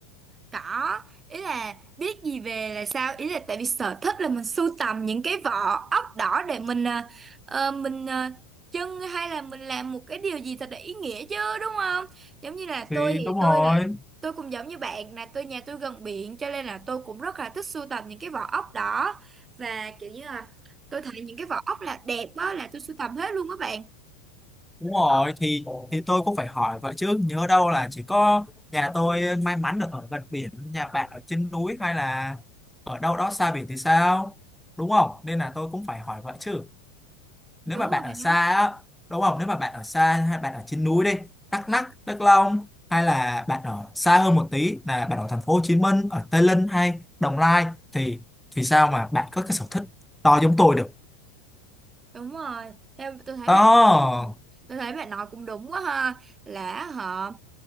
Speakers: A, on the right (about 25°); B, in the centre.
A: Có, ý là biết gì về là sao? Ý là tại vì sở thích là mình sưu tầm những cái vỏ ốc đỏ để mình à, ờ, mình à, trưng hay là mình làm một cái điều gì thật là ý nghĩa chứ đúng không? Giống như là
B: Thì
A: tôi thì
B: đúng
A: tôi
B: rồi,
A: là tôi cũng giống như bạn là tôi nhà tôi gần biển cho nên là tôi cũng rất là thích sưu tầm những cái vỏ ốc đỏ và kiểu như là tôi thấy những cái vỏ ốc là đẹp đó là tôi sưu tầm hết luôn các bạn.
B: đúng rồi thì thì tôi cũng phải hỏi vậy chứ nhớ đâu là chỉ có nhà tôi may mắn được ở gần biển, nhà bạn ở trên núi hay là ở đâu đó xa biển thì sao? Đúng không? Nên là tôi cũng phải hỏi vậy chứ. nếu
A: Đúng
B: mà bạn
A: rồi
B: ở xa á đúng không nếu mà bạn ở xa hay bạn ở trên núi đi Đắk Lắk Đắk Nông hay là bạn ở xa hơn một tí là bạn ở thành phố Hồ Chí Minh ở Tây Ninh hay Đồng Nai thì thì sao mà bạn có cái sở thích to giống tôi được
A: Đúng rồi, theo tôi thấy
B: đó
A: bạn <clears throat> tôi thấy bạn nói cũng đúng quá ha, là họ